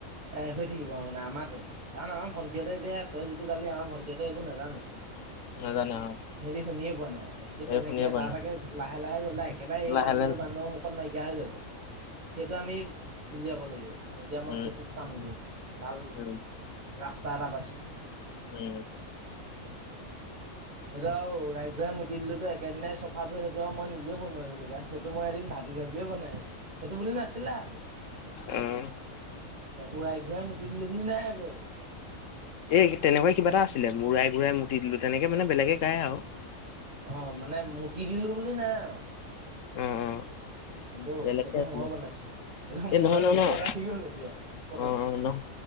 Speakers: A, on the right; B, on the left.
A: এ হৈ থাকিব আৰু মানে আমাতে কাৰণ আমাৰ ভণ্টিহঁতে এতিয়া তই যিটো গালি আমাৰ ভণ্টিহঁতে এইবোৰ নাজানে
B: নাজানে অ
A: সিহঁতে শুনিয়ে পোৱা নাই সেই তেনেকে
B: এই শুনিয়ে
A: এটা
B: পোৱা নাই
A: এটাকে লাহে লাহে জ্বলাই একেবাৰে এই
B: লাহে
A: গানবোৰ
B: লাহে
A: মানুহৰ মুখত নাইকিয়া হৈ যাব সেত সেইটো আমি উলিয়াব লাগিব এতিয়া
B: উম,
A: মই সেইটোত কাম কৰিম ভাল
B: উম,
A: ৰাস্তা এটা পাইছোঁ
B: উম <inaudible>
A: সেইটো আৰু উৰাই ঘুৰাই মুতি দিলো একেদিনাই চফাটো সেইটো আৰু মই নিজে বনোৱা যেনিবা সেইটো মই এদিন ভাবি ভাবিয়ে বনাই আছোঁ সেইটো বুলি নাছিলে আৰু
B: উম
A: উৰাই ঘূৰাই মুতি দিলো বুলি নাই আকৌ এইটো
B: এই তেনেকুৱা কিবা এটা আছিলে ওৰাই ঘূৰাই মুতি দিলো তেনেকে মানে বেলেগে গায় আৰু
A: অ মানে মুতি দিলো বুলি নাই আৰু
B: অ অ
A: কিন্তু
B: বেলেগকে
A: সেইটো
B: আছিলে
A: মই বনাইছো সেইটো
B: এ
A: মোৰ
B: নহয়
A: মানে
B: নহয়
A: মুখত
B: নহয়
A: আহি গ'ল এতিয়া পতকে
B: অ অ নহ